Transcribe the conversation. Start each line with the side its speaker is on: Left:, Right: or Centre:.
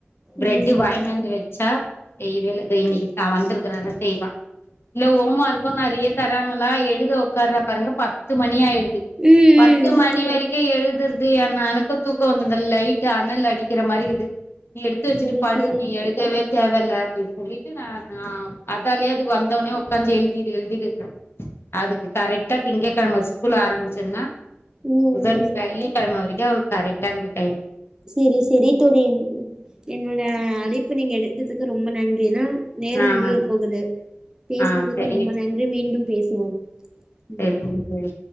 Left: பிரெட்
Right: ம்
Left: வாய்னு
Right: ம்
Left: வந்து வெச்சா செய்வேல்ல இன்னைக்கு வந்திருக்கற செய்வா இல்ல ம் ஒமா இருக்கு நெறைய தர்ராங்களா இதோ உட்கார்ற பாருங்க பத்து மணி ஆயிடுது
Right: ம்
Left: பத்து மணி வரை க்கு எழுதுற்து ஏனா எனக்கும் தூக்கம் வந்தன் லைட்டு் அணல் அடிக்கிற மாரி இருக்கு நீ எடுத்து வெச்சுட்டு
Right: செரி
Left: படு
Right: செரி
Left: நீ எழுதவே தேவ இல்ல அப்டின்னு சொல்லிட்டு நான் அதாலேயே அதுக்கு வந்த ஒடனே உக்காந்து எழுதிடு எழுதிட்டு இருந்தோ அதுக்கு கரெக்டா திங்கிழம ஸ்கூல் ஆரம்பிச்சதுன்னா
Right: ம்
Left: புதன்
Right: ம்
Left: வெள்ளி கிழம வரைக்கு கரெக்ட்ட இக்குது டைம்
Right: செரி செரி தோழி என்னோட அழைப்பு நீங்க எடுத்ததுக்கு ரொம்ப நன்றி நா நேரம்
Left: ஆமாங்க
Right: முடிய போகுது பேசினதுக்கு
Left: ஆ சரிங்க
Right: ரொம்ப நன்றி மீண்டும் பேசுவோம் ம்
Left: செரிங்க தோழி